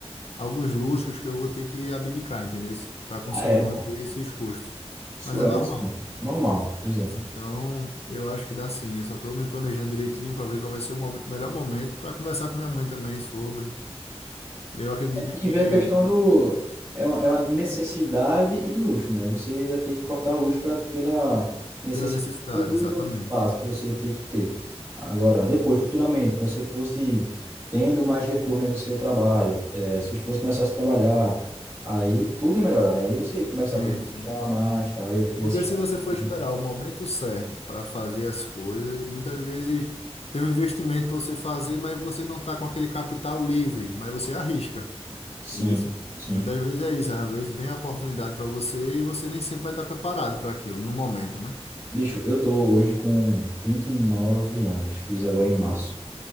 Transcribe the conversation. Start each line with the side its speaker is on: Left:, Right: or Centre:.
Left: alguns luxos que eu vou ter que abdicar, entendeu? Para conseguir
Right: ah, é,
Left: manter
Right: pô.
Left: esses custos.
Right: Isso
Left: Mas
Right: é
Left: é normal.
Right: isso, pô. normal, pois é.
Left: Então, eu acho que dá sim. Eu só estou me planejando direitinho para ver qual vai ser o mom- melhor momento para conversar com minha mãe também sobre. Eu acredito
Right: Tem que
Left: que
Right: ver a questão do. É uma, é uma necessidade e luxo, né? Você ia ter que cortar o luxo pra, pela necessidade
Left: pela necessidade,
Right: do
Left: exatamente.
Right: básico que você ia ter que ter. Agora, depois, futuramente, que você fosse tendo mais retorno aí do seu trabalho, eh, sua esposa começasse a trabalhar, aí tudo ia melhorar, né? Aí você ia começar
Left: Sim,
Right: a poder
Left: sim.
Right: gastar mais, tá? Ia, ia
Left: Porque
Right: se estar-
Left: se você for esperar
Right: né?
Left: o momento certo para fazer as coisas, muitas vezes tem um investimento para você fazer, mas você não está com aquele capital livre, mas você arrisca,
Right: Sim,
Left: entendeu?
Right: sim.
Left: Muitas vezes é isso. Às vezes vem a oportunidade para você e você nem sempre vai estar preparado para aquilo no momento, né?
Right: Bicho, eu tô hoje com 29 anos, fiz agora em março.